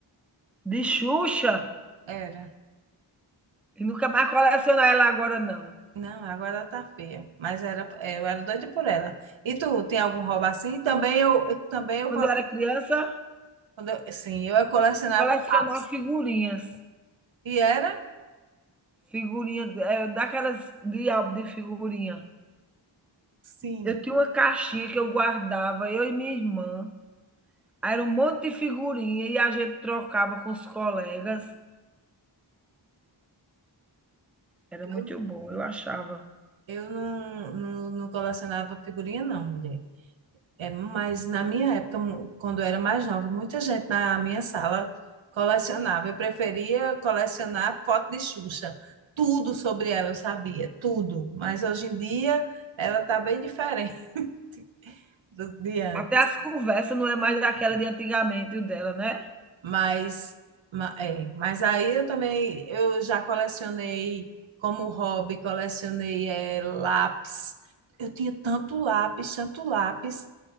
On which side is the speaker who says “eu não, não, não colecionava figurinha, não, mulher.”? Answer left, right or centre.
Right